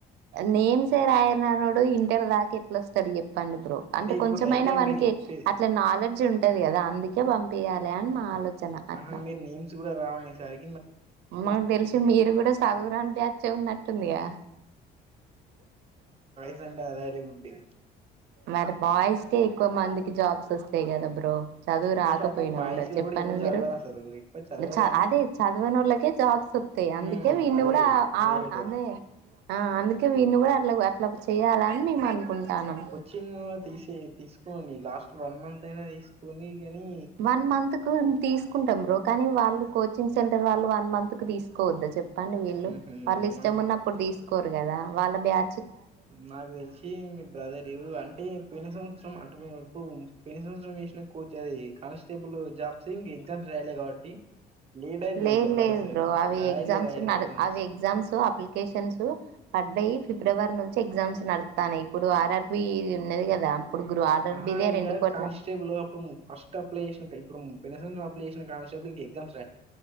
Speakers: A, on the right; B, on the right.
A: నేమ్స్ ఎ రాయననోడ్ ఇంటర్ దాక ఎట్లొస్తాడ్ చెప్ చెప్పండి బ్రో అంటే
B: ఇప్పుడు
A: కొంచెమైనా
B: రైట్ టైం
A: వానికి
B: మీరు చెప్పేది
A: అట్ల నాలెడ్జ్ ఉంటది కదా అంది చే పంపియాలి అన్ మా ఆలోచన అట్లా
B: ఆహా మీరు నేమ్స్ కూడ రావణీ సరి
A: మాకు తెలిసి మీరు కూడ సదువురాని బ్యాచే ఉన్నట్టుందిగ
B: ఇంటర్ లో అలానే ఉండేది
A: మరి బాయ్స్ కే ఎక్కువ మందికి జాబ్స్ వస్తయి కద బ్రో చదువు
B: ఎక్కువ
A: రాకపోయిన
B: శాతం బాయ్స్
A: కూడ
B: లో
A: చెప్పండి
B: కూడా ఎవరు చదవరు
A: మీరు
B: అసలు ఎక్కువ చదవరు
A: చ
B: కానీ
A: అదే చదువనోళ్ళకే జాబ్స్ వత్తయి
B: ఉమ్,
A: అందుకే వీన్న
B: అదే
A: కూడా
B: రైట్
A: అదే ఆ అందూకే విన్నీ కూడ అట్ల ఇలా చేయ్యాలని మేం అనుకుంటున్నాం
B: చింగ్ తీసి తీసుకోని లాస్ట్ వన్ మంత్ అయిన తీసుకొని కానీ
A: వన్ మంత్ కు తీసుకుంటాం బ్రో కానీ వాళ్ళు కోచింగ్ సెంటర్ వాళ్ళు వన్ మంత్ కు తీసుకోవద్ద చెప్ చెప్పండి వీళ్ళు
B: మ్మ్హ్మ్.
A: వాళ్ళు ఇష్టంమున్నప్పుడు
B: నాకు
A: తీస్ కోరు కద వాళ్ళ బ్యా
B: నాకు తెలిసి మీ బ్రదర్ ఇ అంటే పోయిన సంవత్సరం అటు ఇప్పుడు పోయిన సంవత్సరం ఏసిన కోచ్ అది కానిస్టేబుల్ జాబ్స్ ఇం ఎగ్జామ్స్ రాయల కాబట్టి లేట్ అవుతుంది
A: లేదు
B: ఇంకా
A: లేదు
B: పడేసరి
A: బ్రో అవి
B: రాయలే
A: ఎగ్జామ్స్
B: రాయలే ఎగ్జామ్స్
A: అవి ఎగ్జామ్స్ అప్లికేషన్స్ పడ్డయి ఫిబ్రవరి నుంచి ఎగ్జామ్స్ నడుత్తాన్నై ఇప్పుడు ఆర్ఆర్బి ఇది ఉన్నది కదా ఇప్పుడు గ్రూ ఆర్ఆర్బిదే
B: ఆహా ఇంకా
A: రెండు కోట్ల
B: కానిస్టేబుల్ అప్పుడు ఫస్ట్ అప్లయ్ చేసినట్టే ఇప్పుడు పోయిన సంవత్సరం నువ్ అప్లయ్ చేసినట్ <unintelligible>